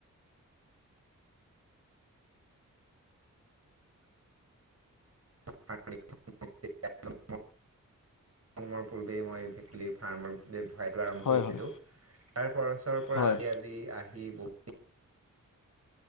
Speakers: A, on the right; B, on the left.
A: জন্মৰ পূৰ্বেই মই ভেকুলীৰ ফাৰ্মৰ ব্যৱসায়টো আৰম্ভ
B: হয়
A: কৰিছিলো
B: হয়
A: তাৰ পৰছৰ পৰা
B: হয়
A: আজি আজি আহি বহুত